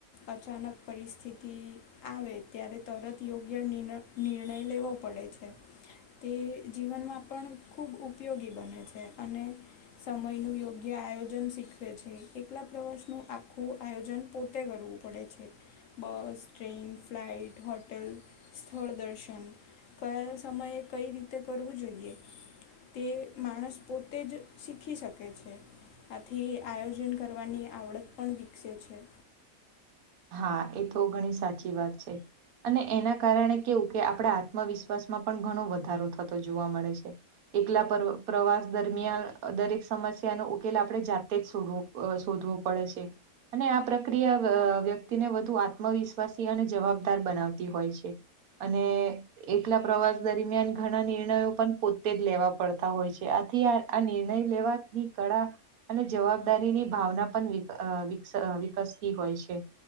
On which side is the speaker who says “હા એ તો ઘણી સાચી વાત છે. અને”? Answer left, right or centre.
Right